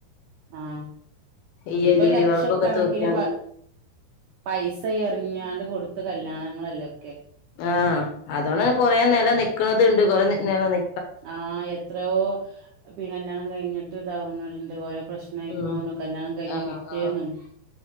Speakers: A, on the right; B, on the left.
A: ആഹ്
B: ഈ
A: ഇപ്പ
B: എൽ ഇ
A: ലക്ഷക്കണക്കിന്
B: ഡി ബൾബൊക്കെ തൂക്കിയാണ്
A: പ പൈസ എറിഞ്ഞാണ്ട് കൊടുത്ത കല്യാണങ്ങളല്ലൊക്കെ.
B: ആഹ്, അതോണ്ടെന്നെ കൊറെേ നെല നിക്ക്ണത്ണ്ട്, കൊറേ നി നെല നി
A: ആഹ് എത്രയോ പി കല്യാണം കഴിഞ്ഞിട്ട് ഇതാവ്ണോല്ണ്ട് ഓരോ പ്രശ് നയ്ക്കോണ്ടും,
B: ഉം
A: കല്ല്യാണം കഴിഞ്ഞ
B: ആഹ്
A: പിറ്റേന്നും
B: ആഹ്